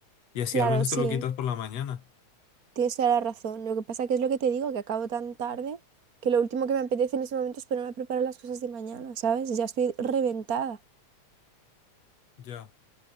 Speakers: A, on the left (about 60°); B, on the right (about 30°).
A: Y así
B: Claro,
A: al menos
B: sí.
A: te lo quitas por la mañana.
B: Tienes toda la razón. Lo que pasa que es lo que te digo, que acabo tan tarde que lo último que me apetece en ese momento es ponerme a preparar las cosas de mañana, ¿sabes? Ya estoy reventada.
A: Ya.